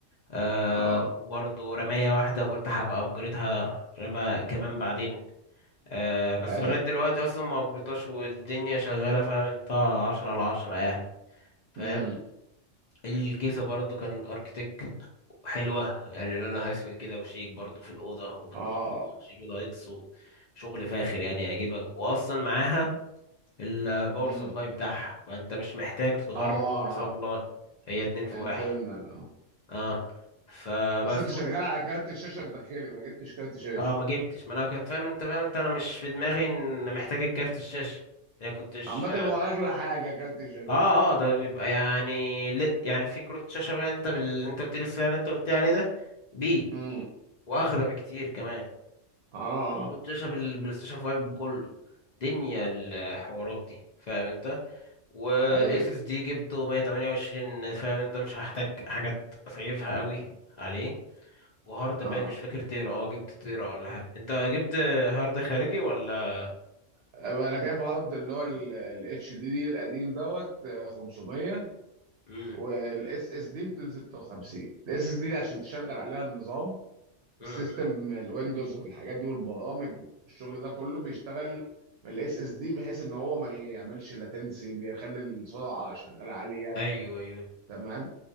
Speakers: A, on the left (about 50°); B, on the right (about 65°).
A: آه،
B: اه
A: وبرضه رماية واحدة قلت هبقى أبجريدها رمى كمان بعدين آه، بس
B: ايوه
A: لغاية دلوقتي أصلا ما أبجريدتهاش والدنيا شغالة فاهم أنت عشرة على عشرة يعني فاهم؟
B: امم
A: الكيسة برضو كان اركتيك حلوة يعني لونها اسود كده وشيك برضو في الأوضة وبتنور
B: اه
A: جي بي لايتس وشغل فاخر يعني يعجبك وأصلا معاها الباور
B: امم
A: سبلاي بتاعها فأنت مش محتاج تتغرب
B: اه
A: باور سبلاي هي اتنين في
B: انترنال
A: واحد اه فبس
B: بس انت شغال
A: و-
B: على كارت الشاشه الداخلي ما جبتش كارت شاشه
A: اه ما جبتش ما انا كنت فاهم انت فاهم انت انا مش في دماغي ان محتاج الكارت الشاشة يعني كنتش
B: عامة هو اغلى حاجة كارت الشاشه
A: اه اه ده بيبقى يعني ل... يعني في كروت شاشة بقى انت بال... انت قلت لي السعر اللي انت قلت لي عليه ده بيه
B: امم
A: واغلى بكتير كمان
B: اه
A: كنت شايف البلاي ستيشن 5 كله دنيا الحوارات دي فاهم انت والاس
B: اي
A: اس دي جبته 128 فاهم انت مش هحتاج حاجات اسيفها قوي عليه وهارد
B: اه
A: بان مش فاكر تيرا اه جبت تيرا ولا حاجه انت جبت هارد خارجي ولا
B: أبقى انا جايب هارد اللي هو الاتش دي دي القديم دوت آه، 500
A: مم.
B: والاس اس دي 256 الاس اس دي عشان تشغل عليها النظام
A: مم.
B: السيستم الويندوز والحاجات دي والبرامج والشغل ده كله بيشتغل من الاس اس دي بحيث ان هو ما يعملش لاتنسي بيخلي السرعة شغالة عالية
A: ايوه ايوه
B: تمام